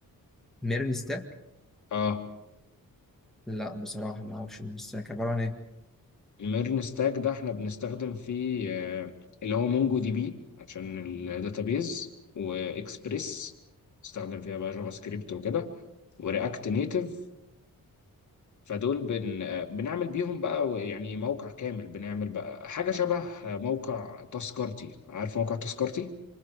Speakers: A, in the centre; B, on the left.
A: ميرنستاك
B: اه
A: لا بصراحه ما اعرفش ميرنستاك عباره عن ايه
B: الميرن ستاك ده احنا بنستخدم فيه آه، اللي هو مونجو دي بي عشان الداتابيز واكسبريس استخدم فيها بقى جافا سكريبت وكده ورياكت نيتف فدول بن... بنعمل بيهم بقى يعني موقع كامل بنعمل بقى حاجة شبه موقع تذكرتي عارف موقع تذكرتي